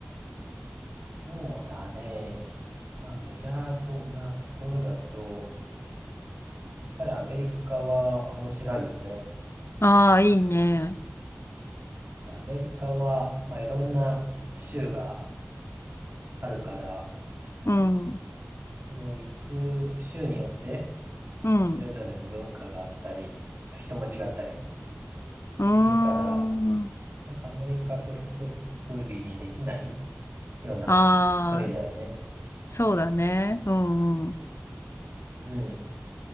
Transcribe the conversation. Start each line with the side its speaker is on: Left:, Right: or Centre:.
Right: そうだね。まあ、メジャーとなところだと、やっぱりアメリカは面白いよね。
Left: ああー、いいね。
Right: アメリカは、まあ、いろんな州があるから、
Left: うん、う
Right: その行く州によって、
Left: ん、
Right: それぞれの文化があったり、人も違ったり
Left: うーん。
Right: するから、なんかアメリカと一括りにできないような国だよね。
Left: ああ、そうだね。うん、うん。
Right: うん。